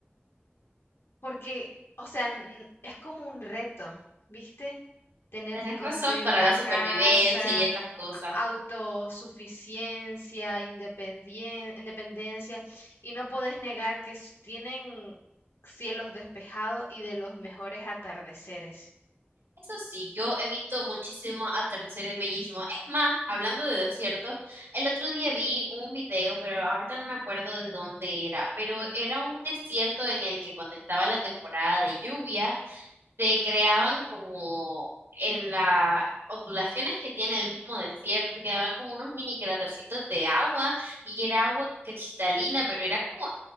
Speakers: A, on the left; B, on the right.
A: Porque, o sea, n- es como un reto, ¿viste? Tener
B: Tenés
A: que construir
B: razón para
A: una
B: la supervivencia
A: casa,
B: y estas cosas.
A: a- autosuficiencia, independien- independencia, y no podés negar que s- tienen cielos despejados y de los mejores atardeceres,
B: Eso sí, yo he visto muchísimos atardeceres bellísimos. Es más, hablando de desiertos, el otro día vi un video, pero ahorita no me acuerdo de dónde era, pero era un desierto en el que cuando estaba la temporada de lluvia, se creaban como en las ondulaciones que tiene el mismo desierto, se quedaban como unos mini crátercitos de agua y era agua cristalina, pero era como